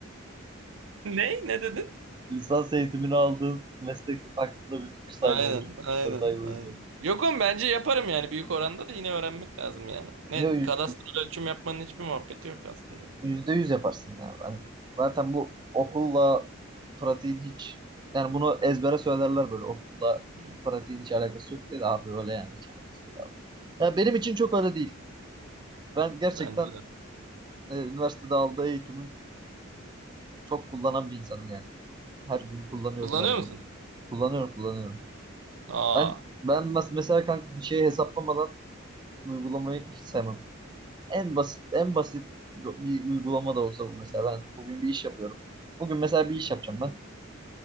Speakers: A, on the right; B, on the right.
A: Ne? Ne dedin?
B: Lisans eğitimini aldığın meslek hakkında bir fikir sahibi
A: Aynen,
B: olursun. 3-4
A: aynen,
B: ay boyunca.
A: aynen. Yok oğlum bence yaparım yani büyük oranda da yine öğrenmek lazım yani. Ne
B: Niye
A: kadastral ölçüm yapmanın hiçbir muhabbeti yok aslında.
B: Yüzde yüz yaparsın yani. Ben zaten bu okulla pratiğin hiç yani bunu ezbere söylerler böyle okulla
A: Hı,
B: pratiğin hiç alakası yok diye de abi öyle yani hiç alakası yok abi. Ya benim için çok öyle değil. Ben gerçekten
A: bence de.
B: e, üniversitede aldığı eğitimin çok kullanan bir insanım yani. Her gün kullanıyorum
A: Kullanıyor
B: neredeyse.
A: musun?
B: Kullanıyorum kullanıyorum.
A: Aa.
B: Ben ben mes- mesela kanka bir şeyi hesaplamadan uygulamayı hiç sevmem. En basit en basit bir uygulama da olsa bu mesela ben bugün bir iş yapıyorum. Bugün mesela bir iş yapacağım ben.